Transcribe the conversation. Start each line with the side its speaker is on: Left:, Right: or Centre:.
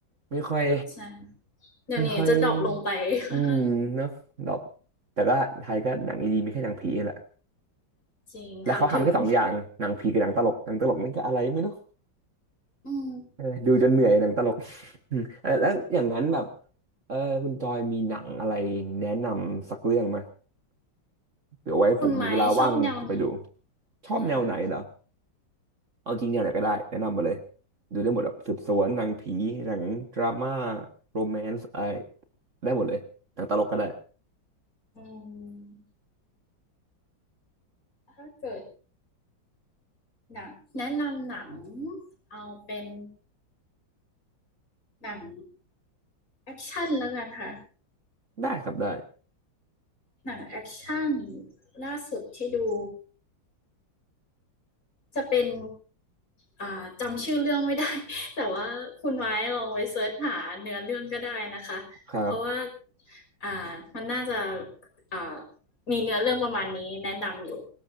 Right: ไม่ค่อย
Left: ใช่เดี๋ยวนี้จะดรอปลงไปค่อนข้าง
Right: ไม่ค่อยอืมเนาะแบบแต่ก็ไทยก็หนังดีๆมีแค่หนังผีแหละ
Left: จริงทำถึง
Right: แล้วเขาทำแค่สองอย่างหนังผีกับหนังตลกหนังตลกนี่ก็อะไรไม่รู้
Left: อืม
Right: เออดูจนเหนื่อยหนังตลกอืมเออแล้วอย่างนั้นแบบเออคุณจอยมีหนังอะไรแนะนำสักเรื่องไหมเดี๋ยวไว้ผมมีเวลาว่างจะไปดู
Left: คุณไม้ชอบแนวไหน
Right: ชอบแนวไหนเหรอ
Left: นะคะ
Right: เอาจริงแนวไหนก็ได้แนะนำมาเลยดูได้หมดอะสืบสวนหนังผีหนังดราม่าโรแมนส์อะไรได้หมดเลยหนังตลกก็ได้
Left: อืมถ้าเกิดหนังแนะนำหนังเอาเป็นหนังแอคชั่นแล้วกันค่ะ
Right: ได้ครับได้
Left: หนังแอคชั่นล่าสุดที่ดูจะเป็นอ่าจำชื่อเรื่องไม่ได้ <laughs> แต่ว่าคุณไม้ลองไปเสิร์ชหาเนื้อเรื่องก็ได้นะคะเพราะว่า
Right: ครับ
Left: อ่ามันน่าจะอ่ามีเนื้อเรื่องประมาณนี้แนะนำอยู่